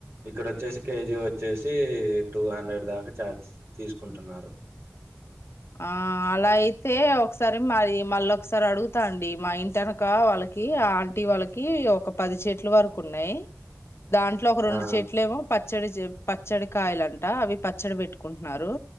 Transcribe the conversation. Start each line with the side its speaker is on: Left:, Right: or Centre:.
Right: ఇక్కడ వచ్చేసి కేజీ వచ్చేసి టూ హండ్రెడ్ దాకా ఛార్జ్ తీసుకుంటున్నారు
Left: ఆ అలా అయితే ఒకసారి మరి మళ్ళ ఒకసారి అడుగుతాండి మా ఇంటినక వాళ్ళకి ఆంటీ వాళ్ళకి ఒక పది చెట్లు వరకు ఉన్నాయ్ దాంట్లో ఒక రెండు
Right: ఆ
Left: చెట్లు ఏమో పచ్చడి చె పచ్చడి కాయలు అంట అవి పచ్చడి పెట్టుకుంటున్నారు